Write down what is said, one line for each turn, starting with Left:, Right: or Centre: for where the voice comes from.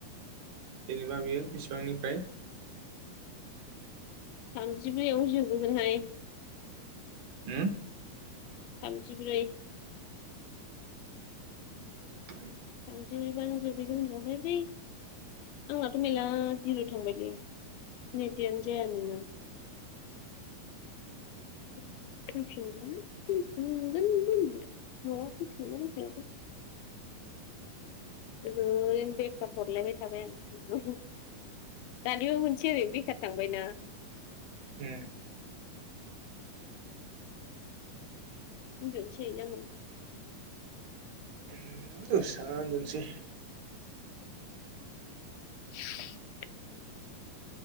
Right: जेनेबा बियो बिसिबांनिफ्राय
Left: थामजिब्रैआवहाय जोबोगोनहाय
Right: होम
Left: थामजिब्रै
Right: <inaudible>
Left: <unintelligible> आंनाथ' मेरला जिर' थांबायलै नेैबयानो जाया नङा।
Right: <inaudible>
Left: <unintelligible> ओरैनो बेखार हरलायबाय थाबाय आं दानिबो मोनसै आरोनो बेखार थांबायना।
Right: ए
Left: दोनसै ना मा?
Right: उम दसे थाना उनदुसै
Left: <inaudible>